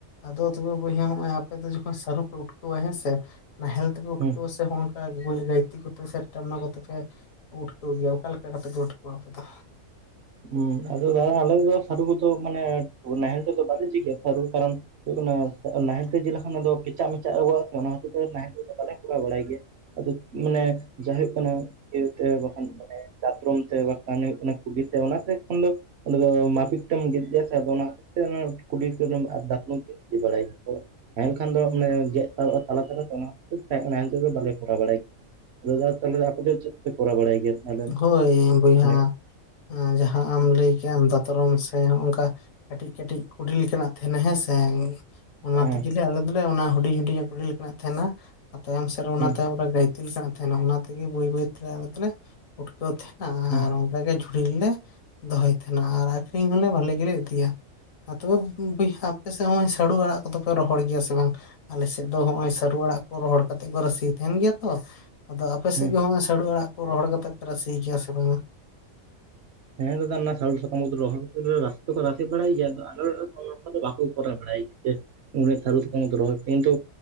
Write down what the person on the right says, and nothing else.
ᱦᱩᱸ
ᱩᱸ ᱟᱫᱚ ᱫᱟᱫᱟ ᱟᱞᱮ ᱫᱚ ᱥᱟᱨᱩ ᱠᱩ ᱫᱚ ᱢᱟᱱᱮ ᱱᱟᱦᱮᱞ ᱛᱮᱫᱚ ᱵᱟᱞᱮ ᱡᱷᱤᱜᱟ ᱥᱟᱨᱩ ᱠᱟᱨᱚᱱᱼᱼ ᱦᱩᱭᱩᱜ ᱠᱟᱱᱟ ᱥᱮ ᱱᱟᱦᱮᱞ ᱛᱮ ᱡᱮ ᱞᱮᱠᱷᱟᱱ ᱟᱫᱚ ᱠᱮᱪᱟᱜ ᱢᱮᱪᱟᱜᱚᱜ ᱛᱚ ᱚᱱᱮ ᱚᱱᱟ ᱠᱷᱟᱹᱛᱤᱨ ᱛᱮ ᱱᱟᱦᱮᱞ ᱛᱮ ᱫᱚ ᱵᱟᱞᱮ ᱠᱚᱨᱟᱣ ᱵᱟᱲᱟᱭ ᱜᱤᱭᱟ᱾ ᱟᱫᱚ ᱢᱟᱱᱮ ᱡᱟ ᱦᱩᱭᱩᱜ ᱠᱟᱱᱟ ᱤᱭᱟᱹ ᱛᱮ ᱵᱟᱠᱷᱟᱱ ᱢᱟᱱᱮ ᱫᱟᱛᱨᱚᱢ ᱛᱮ ᱵᱟᱠᱼᱼ ᱠᱷᱟᱱ ᱦᱩᱭᱩᱜ ᱠᱟᱱᱟ ᱠᱩᱰᱤ ᱛᱮ ᱚᱱᱟ ᱛᱮ ᱮᱠᱷᱚᱱ ᱫᱚᱼᱼ ᱚᱸᱰᱮ ᱫᱚ ᱢᱟᱨᱠᱮᱴ ᱴᱟᱢ <inaudible> ᱥᱮ ᱟᱫᱚ ᱚᱱᱟ ᱠᱷᱟᱹᱛᱤᱨ ᱛᱮ ᱚᱱᱟ ᱠᱩᱞᱤ <inaudible> ᱰᱟᱠᱱᱟᱢ ᱪᱮᱫ‌ ᱤ ᱵᱟᱲᱟᱭ <inaudible> ᱛᱟᱦᱮᱸᱱ ᱠᱷᱟᱱ ᱫᱚ ᱢᱟᱱᱮ ᱜᱮᱫ <inaudible> ᱛᱟᱞᱟ ᱛᱟᱞᱟᱛᱮ ᱚᱱᱟ ᱠᱷᱟᱹᱛᱤᱨ ᱛᱮ <unintelligible> ᱵᱟᱞᱮ ᱠᱚᱨᱟᱣ ᱵᱟᱲᱟᱭ ᱜᱮᱭᱟ ᱫᱟᱫᱟ ᱛᱟᱦᱚᱞᱮ ᱟᱯᱮ ᱫᱚ ᱪᱮᱫ ᱯᱮ ᱠᱚᱨᱟᱣ ᱵᱟᱲᱟᱭ ᱜᱮᱭᱟ ᱛᱟᱦᱞᱮ
<inaudible>
ᱦᱮᱸ
ᱦᱮᱸ
ᱦᱮᱸ
ᱦᱮᱸ
ᱦᱮᱸ ᱫᱟᱫᱟ ᱚᱱᱟ ᱥᱟᱹᱨᱩ ᱥᱟᱠᱟᱢ ᱠᱚᱫᱚ ᱨᱚᱦᱚᱲ ᱠᱟᱛᱮ ᱨᱟᱥᱮ ᱫᱚᱠᱚ ᱨᱟᱥᱨ ᱵᱟᱲᱟᱭ ᱜᱮᱭᱟ ᱛᱚ ᱟᱞᱮ ᱚᱲᱟᱜ ᱨᱮ ᱫᱚ <unintelligible> ᱟᱫᱚ ᱵᱟᱠᱚ ᱠᱚᱨᱟᱣ ᱵᱟᱲᱟᱭ <inaudible> ᱪᱮᱫ? ᱚᱱᱮ ᱥᱟᱹᱨᱩ ᱥᱟᱠᱟᱢ <inaudible> ᱨᱚᱦᱚᱭ ᱠᱤᱱᱛᱩ